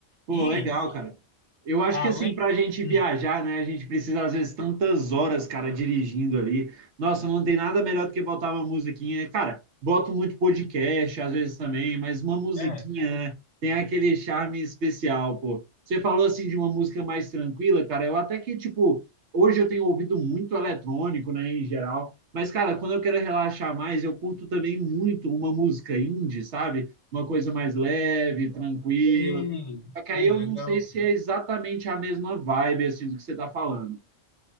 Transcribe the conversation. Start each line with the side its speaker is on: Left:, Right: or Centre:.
Right: Pô,
Left: E,
Right: legal, cara. Eu acho
Left: além.
Right: que assim, pra gente viajar,
Left: Hum,
Right: né, a gente precisa às vezes tantas horas, cara, dirigindo ali. Nossa, não tem nada melhor do que botar uma musiquinha. Cara, boto muito podcast às vezes também, mas uma musiquinha,
Left: É,
Right: né, tem aquele charme especial, pô. Você falou assim de uma música mais tranquila, cara. Eu até que, tipo, hoje eu tenho ouvido muito eletrônico, né, em geral. Mas, cara, quando eu quero relaxar mais, eu curto também muito uma música indie, sabe? Uma coisa mais leve, tranquila.
Left: e.
Right: Só que
Left: Pô,
Right: aí eu
Left: legal.
Right: não sei se é exatamente a mesma vibe assim do que você tá falando.